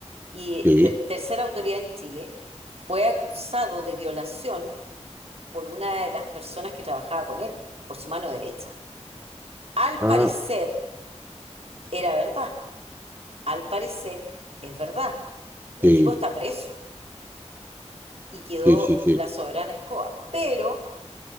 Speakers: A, on the right (about 60°); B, on the right (about 15°).
A: y
B: Sí,
A: pe- tercera autoridad en Chile, fue acusado de violación por una de las personas que trabajaba con él, por su mano derecha. Al
B: ah,
A: parecer era verdad, al parecer es verdad. El
B: sí,
A: tipo está preso y quedó
B: sí, sí, sí.
A: la soberana escoba, pero